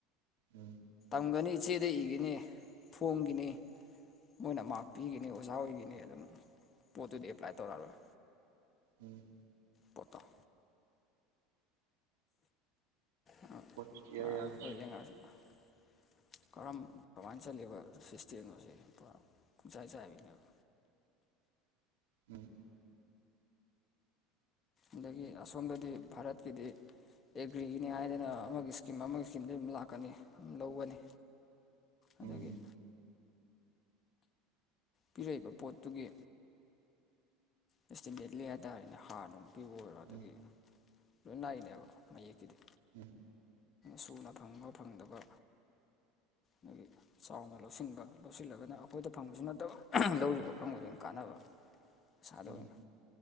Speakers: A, on the right; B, on the left.
A: ꯎꯝ
B: ꯐꯪꯒꯅꯤ ꯏꯆꯦꯗ ꯏꯈꯤꯅꯤ ꯐꯣꯡꯒꯤꯅꯤ ꯃꯣꯏꯅ ꯃꯥꯔꯛ ꯄꯤꯈꯤꯅꯤ ꯑꯣꯖꯥ ꯑꯣꯏꯈꯤꯅꯤ ꯑꯗꯨꯝ ꯄꯣꯠꯇꯨꯗꯤ ꯑꯦꯄ꯭ꯂꯥꯏ ꯇꯧꯔꯛꯑꯔꯣꯏ
A: ꯎꯝ
B: ꯄꯇꯥꯣ ꯄꯨ
A: ꯄꯣꯠ ꯁꯨꯛꯌꯥ ꯌꯥꯗ꯭ꯔꯦ
B: ꯀꯣꯏ ꯂꯉꯁꯤ <unintelligible> ꯀꯔꯝ ꯀꯃꯥꯏꯅ ꯆꯠꯂꯤꯕ ꯐꯦꯁꯇꯤꯕꯅꯣꯁꯦ ꯄꯨ ꯄꯨꯡꯆꯥꯏ ꯆꯥꯏꯕꯤꯅꯦꯕ
A: ꯎꯝ
B: ꯑꯗꯒꯤ ꯑꯁꯣꯝꯗꯗꯤ ꯚꯥꯔꯠꯀꯤꯗꯤ ꯑꯦꯒ꯭ꯔꯤꯒꯤꯅꯤ ꯍꯥꯏꯗꯅ ꯑꯃꯒꯤ ꯏꯁꯀꯤꯝ ꯑꯃꯒꯤ ꯏꯁꯀꯤꯝꯗꯨ ꯑꯗꯨꯝ ꯂꯥꯛꯀꯅꯤ ꯑꯗꯨꯝ ꯂꯧꯒꯅꯤ
A: ꯎꯝ
B: ꯑꯗꯒꯤ ꯄꯤꯔꯛꯏꯕ ꯄꯣꯠꯇꯨꯒꯤ ꯑꯦꯁꯇꯤꯃꯦꯠꯂꯤ ꯍꯥꯏꯇꯥꯔꯦꯅꯦ ꯍꯥꯔ ꯅꯨꯡ ꯄꯤꯕ ꯑꯣꯏꯔꯣ ꯑꯗꯨꯒꯤ
A: ꯎꯝ
B: ꯂꯣꯏ ꯂꯥꯛꯏꯅꯦꯕ ꯃꯌꯦꯛꯀꯤꯗꯤ
A: ꯎꯝ
B: ꯁꯨꯅ ꯐꯪꯕ ꯐꯪꯗꯕ ꯃꯥꯒꯤ ꯆꯥꯎꯅ ꯂꯧꯁꯤꯟꯕ ꯂꯧꯁꯤꯜꯂꯒꯅ ꯑꯩꯈꯣꯏꯗ ꯐꯪꯕꯁꯨ ꯅꯠꯇꯕ ꯂꯧꯔꯤꯕ ꯐꯪꯕꯗꯝ ꯀꯥꯟꯅꯕ ꯄꯁ ꯑꯗꯨꯅ
A: ꯎꯝ